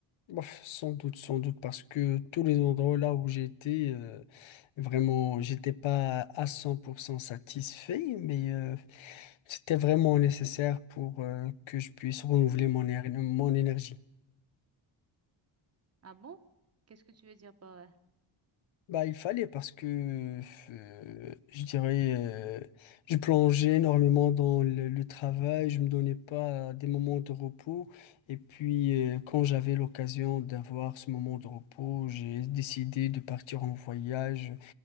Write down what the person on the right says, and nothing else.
Ah bon? Qu'est-ce que tu veux dire par là?